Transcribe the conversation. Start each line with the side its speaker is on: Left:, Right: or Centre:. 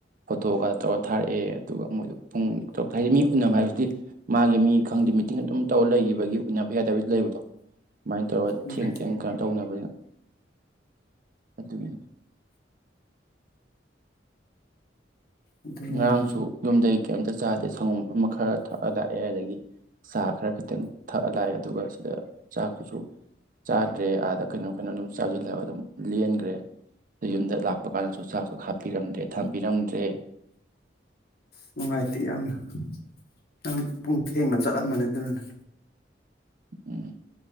Right: ꯐꯣꯇꯣꯒ ꯇꯧꯔ ꯊꯥꯔꯛꯑꯦ ꯑꯗꯨꯒ ꯃꯣꯏꯗꯣ ꯄꯨꯡ ꯇꯔꯨꯛ ꯍꯥꯏꯗꯤ ꯃꯤ ꯎꯅꯕ ꯍꯥꯏꯕꯁꯤꯗꯤ ꯃꯥꯒꯤ ꯃꯤ ꯈꯪꯗꯦ ꯃꯤꯇꯤꯡ ꯑꯗꯨꯝ ꯑꯣ ꯂꯩꯈꯤꯕꯒꯤ ꯎꯅꯕ ꯌꯥꯗꯕ ꯂꯩꯕꯗꯣ ꯁꯨꯃꯥꯏꯅ ꯇꯧꯔꯒ
Left: ꯎꯝ
Right: ꯊꯦꯡ ꯊꯦꯡ ꯀꯩꯅꯣ ꯇꯧꯅꯕꯅ ꯑꯗꯨꯠꯇꯅ
Left: ꯑꯗꯨꯅꯤꯅꯦ
Right: ꯑꯉꯥꯡꯁꯨ ꯌꯨꯝꯗꯒꯤꯩ ꯀꯩꯝꯇ ꯆꯥꯗꯦ ꯁꯪꯒꯣꯝ ꯃꯐꯝ ꯈꯔ ꯊꯛꯑ ꯂꯥꯛꯑꯦ ꯑꯗꯒꯤ ꯆꯥ ꯈꯔ ꯈꯤꯇꯪ ꯊꯛꯑ ꯂꯥꯛꯑꯦ ꯑꯗꯨꯒ ꯁꯤꯗ ꯆꯥꯛꯇꯨꯁꯨ ꯆꯥꯗ꯭ꯔꯦ ꯑꯥꯗ ꯀꯩꯅꯣ ꯀꯩꯅꯣ ꯑꯗꯨꯝ ꯆꯥꯁꯤꯜꯂꯒ ꯑꯗꯨꯝ ꯂꯦꯟꯈ꯭ꯔꯦ ꯑꯗ ꯌꯨꯝꯗ ꯂꯥꯛꯄ ꯀꯥꯟꯗꯁꯨ ꯆꯥꯛꯁꯨ ꯍꯥꯥꯞꯄꯤꯔꯝꯗ꯭ꯔꯦ ꯊꯝꯕꯤꯔꯝꯗ꯭ꯔꯦ
Left: ꯅꯨꯡꯉꯥꯏꯇꯦ ꯌꯥꯝꯅ ꯌꯥꯝ ꯄꯨꯡ ꯊꯦꯡꯅ ꯆꯠꯂꯝꯕꯅꯦ ꯑꯗꯨꯅꯅꯦ
Right: ꯎꯝ